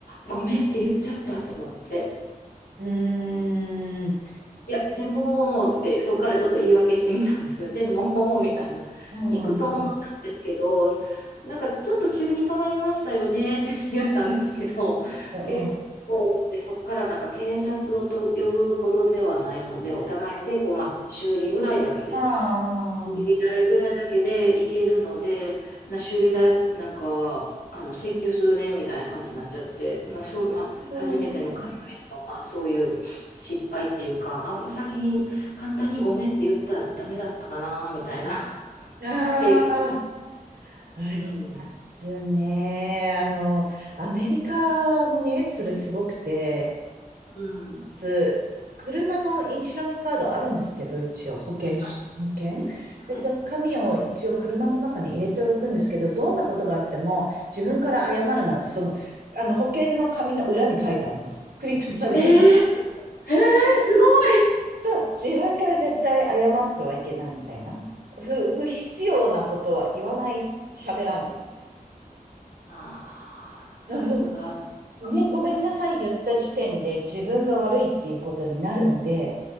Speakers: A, on the left (about 80°); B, on the right (about 80°).
A: ごめんって言っちゃったと思って。
B: うーん。
A: いや、でも、ってそこからちょっと言い訳してみたんですけど、でも、<laughs> みたいな。
B: うんうん
A: 行くと思ったんですけど、なんかちょっと急に止まりましたよねって言ったんですけど、
B: うんう
A: 結構、で、そこからなんか警察をと呼ぶほどではないので、お互いでこう、まあ、修理ぐらいだけで
B: ん。ああ。
A: 修理代ぐらいだけでいけるので、な修理代なんかあの請求するねみたいな感じになっちゃって、まあそうまあ、
B: うんうん
A: 初めての海外での、まあ、そういう失敗っていうか、あ、先に簡単にごめんって言ったらダメだったかなみたいな
B: うんああうんあ
A: <laughs> 経験。
B: あありますね。
A: うん。
B: あの、アメリカもね、それすごくて、
A: うん。
B: つ、車のインシュランスカードあるんですけど、一応保険し、
A: はい
B: 保険で、
A: はい。
B: その紙を一応車の中に入れておくんですけど、どんなことがあっても自分から謝るなって、その、あの保険の紙の裏に書いてあります。プリントされてます。
A: えー、すごい。
B: そう、自分から絶対謝ってはいけないみたいな。不、不必要なことは言わない、喋らないみたいな。
A: ああ、
B: いやも
A: さすが。
B: ね、
A: あー
B: ごめんなさい言った時点で自分が悪いっていうことになるので、